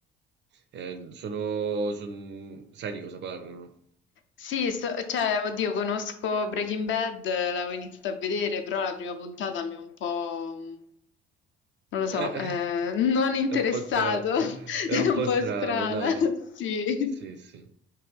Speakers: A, on the right (about 35°); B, on the left (about 40°).
A: Eh, sono, son- sai di cosa parlano?
B: Sì, so- cioè, oddio, conosco Breaking Bad, eh, l'avevo iniziata a vedere, però la prima puntata mi ha un po'... mh, Non lo so,
A: Eh, <laughs>
B: eh, non interessato,
A: è un po' strano,
B: <laughs>
A: è
B: è
A: un
B: un
A: po'
B: po'
A: strano,
B: strana,
A: dai.
B: <laughs> sì.
A: Sì, sì.